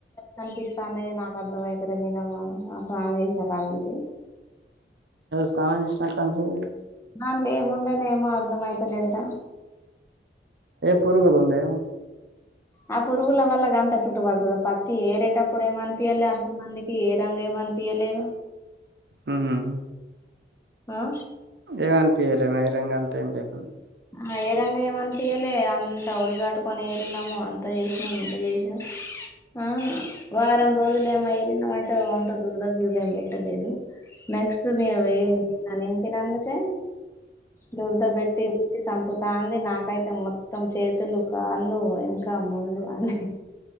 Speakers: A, on the left; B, on the right.
A: కనిపిత్త అన్నది నాకు అర్ధం అయితలెద్ నెనమా ఆ స్నానం చేశిన కాంచి
B: స్నానం చేసినట్టుంది
A: దాంట్ల ఎం ఉందని ఏం అర్ధం అయితలేద్ర
B: పురుగులుండే
A: ఆ పురుగుల వల్ల గంత ఎట్లఉంటది పత్తి ఏరేటప్పుడేం అనిపియలే ఏరంగ ఎం అనిపియలేదు
B: ఉహుమ్
A: ఆ
B: ఏం అనిపియలే బహిరంగ అంత ఏం లేకుండె
A: ఆ ఏరంగా ఏమనిపయలె అంత ఒడిగట్టుకొని ఏరినము అంత చేసినము ఇంత చేసినం ఆ వారం రోజులేమో ఎరినం ఐతే వంత్ దుర దురంగ ఏం పెట్టలేదు నెక్స్ట్ మి ఎ అతించినదుక దురద బెట్టి బెట్టి సంపుతాంది నాకైతే మొత్తం చేతులు క వాళ్ళు వెనక ముందు అన్ని